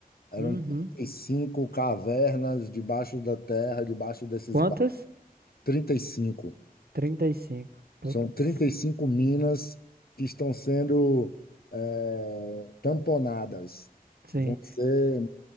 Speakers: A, on the left; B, on the right.
A: Eram
B: Uhum.
A: 35 cavernas debaixo da terra, debaixo desses
B: Quantas?
A: ba- 35.
B: 35. Putz.
A: São trinta e cinco minas que estão sendo eh, tamponadas,
B: Sim.
A: vão ser